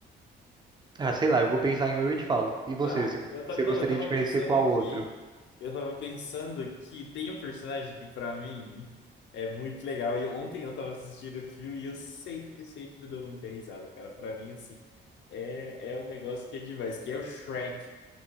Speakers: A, on the right; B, on the left.
A: Ah, sei lá, eu vou pensar em um e eu te falo. E você?
B: Tá,
A: Você
B: eu tava
A: você
B: não,
A: gostaria
B: eu tava
A: de conhecer
B: pensando
A: qual
B: aqui,
A: outro?
B: eu tava pensando que tem um personagem que pra mim é muito legal. E ontem eu tava assistindo o filme e eu sempre, sempre dou muita risada, cara. Pra mim, assim, é, é um negócio que é demais, que é o Shrek.